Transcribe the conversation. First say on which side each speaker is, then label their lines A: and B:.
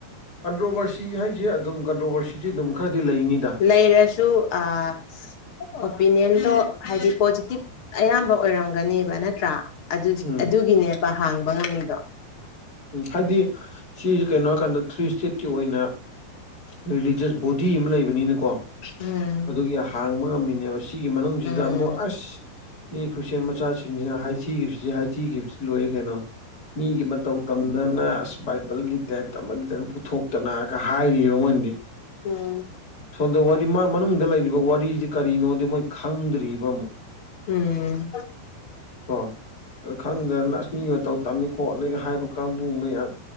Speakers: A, on the left; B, on the left.
A: ꯀꯟꯇ꯭ꯔꯣꯚꯔꯁꯤ ꯍꯥꯏꯁꯦ ꯑꯗꯨꯝ ꯀꯟꯇ꯭ꯔꯣꯚꯔꯁꯤꯗꯤ ꯑꯗꯨꯝ ꯈꯔꯗꯤ ꯂꯩꯅꯤ
B: ꯂꯩꯔꯁꯨ ꯑꯣꯄꯤꯅꯤꯌꯟꯗꯣ ꯍꯥꯏꯗꯤ ꯄꯣꯖꯤꯇꯤꯞ ꯑꯌꯥꯝꯕ ꯑꯣꯏꯔꯝꯒꯅꯦꯕ ꯅꯠꯇ꯭ꯔꯥ
A: ꯎꯝ
B: ꯑꯗꯨꯒꯤꯅꯦꯕ ꯍꯥꯡꯕ ꯉꯝꯃꯤꯗꯣ
A: ꯎꯝ ꯍꯥꯏꯗꯤ ꯁꯤꯁ ꯀꯩꯅꯣ ꯍꯥꯏꯀꯥꯟꯗ ꯊ꯭ꯔꯤ ꯏꯁꯇꯦꯠꯀꯤ ꯑꯣꯏꯅ ꯔꯤꯂꯤꯖꯁ ꯕꯣꯗꯤ ꯑꯃ ꯂꯩꯕꯅꯤꯅꯀꯣ
B: ꯎꯝ
A: ꯑꯗꯨꯒꯤ ꯍꯥꯡꯕ ꯉꯝꯃꯤꯅꯦꯕ ꯑꯁꯤꯒꯤ ꯃꯅꯨꯡꯁꯤꯗ
B: ꯎꯝ
A: ꯑꯃꯨꯛ ꯑꯁ ꯃꯤ ꯈꯔꯤꯁꯦꯟ ꯃꯆꯥꯁꯤꯡꯁꯤꯅ ꯍꯥꯏ ꯊꯤꯈꯤꯕꯁꯤ ꯍꯥꯏꯊꯤꯈꯤꯕꯁꯤ ꯂꯣꯏ ꯀꯩꯅꯣ ꯃꯤꯒꯤ ꯃꯇꯧ ꯗꯅ ꯑꯁ ꯕꯥꯏꯕꯜꯒꯤ ꯇꯥꯏꯞꯇ ꯑꯃꯒꯤ ꯇꯥꯏ ꯄꯨꯊꯣꯛꯇꯅ ꯍꯥꯏꯔꯤ ꯃꯣꯏꯅꯗꯤ
B: ꯎꯝ
A: ꯁꯣꯝꯗ ꯋꯥꯔꯤ ꯃꯥ ꯃꯅꯨꯡꯗ ꯂꯩꯔꯤꯕ ꯋꯥꯔꯤꯁꯤ ꯀꯔꯤꯅꯣꯗꯤ ꯃꯣꯏ ꯈꯪꯗ꯭ꯔꯤꯕ ꯑꯃꯨꯛ
B: ꯎꯝ
A: ꯀ ꯈꯪꯗ꯭ꯔ ꯑꯁ ꯃꯤ ꯃꯇꯧ ꯇꯝꯅꯤ ꯈꯣꯠꯂꯤꯒ ꯍꯥꯏꯕ ꯀꯥꯡꯕꯨ ꯃꯌꯥꯝ